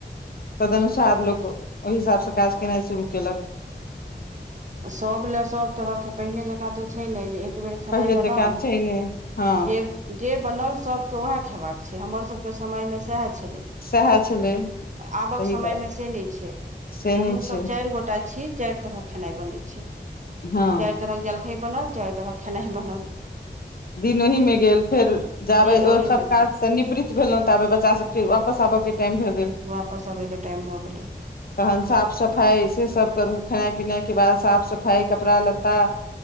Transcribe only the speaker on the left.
तदनुसार लोक ओहि हिसाबसँ काज केनाइ शुरू केलक
पहिले
जकाँ छै ने हँ
सएह छलै
सही
बात
से नहि
छै
हँ
दिन ओहिमे गेल फेर जाबे
ओ सब काज
स निवृत भेलौं ताबेत बच्चा सबके वापस आबऽ के टाइम भए गेल
तहन साफ सफाइ से सब करू खेनाइ पिनाइ के बाद साफ सफाइ कपड़ा लत्ता